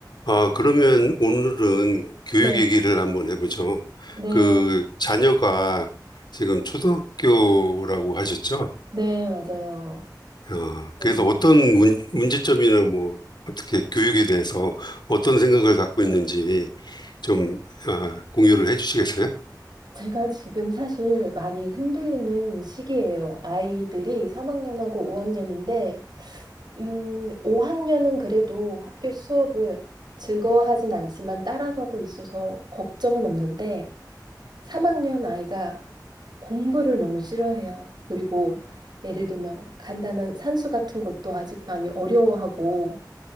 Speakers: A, on the left; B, on the right.
A: 아, 그러면 오늘은 교육
B: 네,
A: 얘기를 한번 해보죠.
B: 네,
A: 그 자녀가 지금 초등학교라고 하셨죠?
B: 네, 맞아요.
A: 어,
B: 음,
A: 그래서 어떤 문, 문제점이나 뭐 어떻게 교육에 대해서 어떤 생각을 갖고 있는지 좀 아, 공유를 해주시겠어요?
B: 제가 지금 사실 많이 흔들리는 시기예요. 아이들이 3학년하고 5학년인데, 음, 5학년은 그래도 학교 수업을 즐거워하진 않지만 따라가고 있어서 걱정은 없는데, 3학년 아이가 공부를 너무 싫어해요. 그리고 예를 들면 간단한 산수 같은 것도 아직 많이 어려워하고,